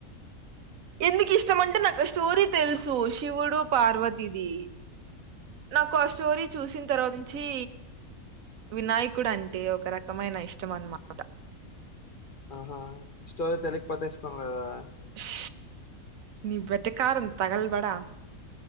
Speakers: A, on the right (about 75°); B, on the left (about 45°).
A: ఎందుకు ఇష్టం అంటే నాకు స్టోరీ తెలుసు శివుడు పార్వతిది నాకు ఆ స్టోరీ చూసిన తర్వాత్నుంచి వినాయకుడు అంటే ఒక రకమైన ఇష్టం అనమాట
B: ఆహా స్టోరీ తెలికపోతే ఇష్టం లేదా?
A: ష్ నీ వెటకారం తగల్బడా